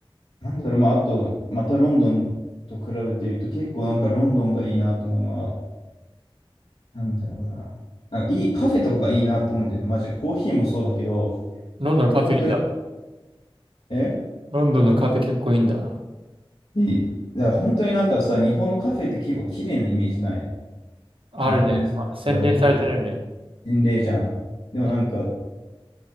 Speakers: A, on the left (about 80°); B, on the right (about 65°).
A: なんだろう、まあ、あと、またロンドンと比べていると、結構なんかロンドンがいいなと思うのは、なんだろうな。なんかいい、カフェとかがいいなと思うんだよね。マジで。コーヒーもそうだけど、
B: ロンドンのカフェインだ。
A: 本当に、え
B: ロンドンのカフェ結構いいんだ。
A: いい。だから本当になんかさ、日本のカフェって結構綺麗なイメージない。
B: あるね。
A: なんかインスタが行くとか、
B: 洗練されてるよね。
A: 洗礼じゃん。でもなんか、
B: うん。